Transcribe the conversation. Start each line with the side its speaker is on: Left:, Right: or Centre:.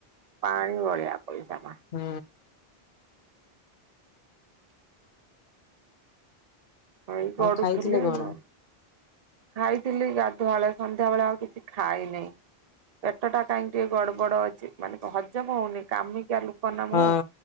Right: ପାଣି ଭଳିଆ ପଇସା ମା
Left: ହୁଁ।
Right: ହାଇ ଗଡୁଥିଲେ
Left: ଆଉ ଖାଇଥିଲେ କଣ?
Right: ମ ଖାଇଥିଲି ଗାଧୁଆଳେ ସନ୍ଧ୍ୟାବେେଳେ ଆଉ କିଛି ଖାଇନିଁ। ପେଟ ଟା କାହିଁକି ଟିକେ ଗଡ ବଡ ଅଛି ମାନେ ହଜମ ହଉନି କାମି କିଆ ଲୋକ ନା ମୁଁ
Left: ହଁ